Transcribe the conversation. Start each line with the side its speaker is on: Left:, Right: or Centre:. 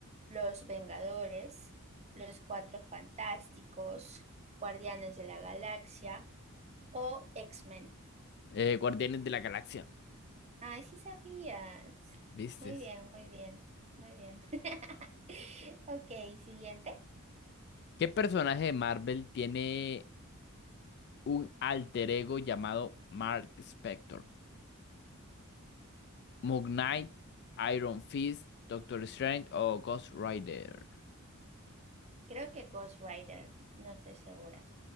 Right: Los Vengadores, Los Cuatro Fantásticos, Guardianes de la Galaxia o X-Men.
Left: Eh, Guardianes de la Galaxia.
Right: Ay, sí sabías.
Left: ¿Viste?
Right: Muy bien, muy bien, muy bien. <laughs> Ok, siguiente.
Left: ¿Qué personaje de Marvel tiene un alter ego llamado Mark Spector? ¿Moon Knight, Iron Fist, Doctor Strange o Ghost Rider?
Right: Creo que Ghost Rider, no estoy segura.